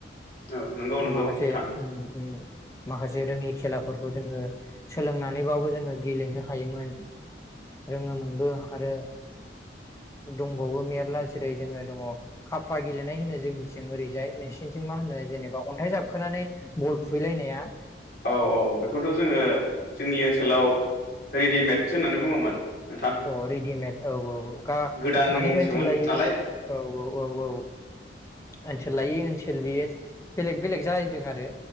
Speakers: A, on the left; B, on the left.
A: औ नंगौ नंगौ
B: माखासे
A: नोंथां
B: उम उम माखासे रोङि खेलाफोरखौ जोङो सोलोंनानैबाबो जोङो गेलेनो हायोमोन। रोङोमोनबो आरो दंबावो मेरला जेरै जोङो दङ खाफा गेलेनाय होनो जोंनिथिं ओरैजाय नोंसिनिथिं मा होनो जेनेबा अन्थाइ जाबखोनानै बल खुबहैलायनाया?
A: औ औ बेखौथ' जोङो जोंनि ओनसोलाव रेडिमेडसो होननानै बुङोमोन। नोंथां
B: अ रेडिमेड औ औ ग
A: गोदान
B: माने
A: मुंसोमोन
B: ओनसोल लायै
A: नालाय
B: औ औ औ औ ओनसोल लायै ओनसोल बेयो बेलेग बेलेग जा दों आरो